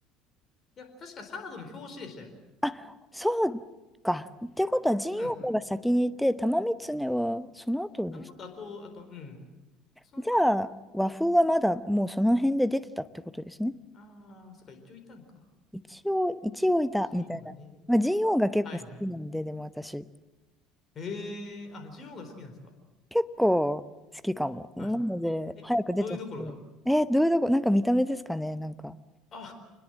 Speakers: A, on the left (about 35°); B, in the centre.
A: いや、確かサードの表紙でしたよ。
B: あ、そうか。ってことは、神王が先にいて、
A: うん。
B: 玉三常はその後です。
A: あ、もっと後、あと、うん。その、
B: じゃあ、和風はまだもうその辺で出てたってことですね。
A: ああ、そっか、一応いたんか。
B: 一応、一応いた、
A: ジンオウがね。
B: みたいな。まあ、ジンオウが結構好きなんで、
A: はいはい。
B: でも私、
A: ええー、あ、ジンオウが好きなんですか。
B: 結構好きかも。なので、
A: はい。
B: 早く出てほしいえーどういうとこ、
A: え、どういうところが
B: なんか見た目ですかね、なんか。
A: あ、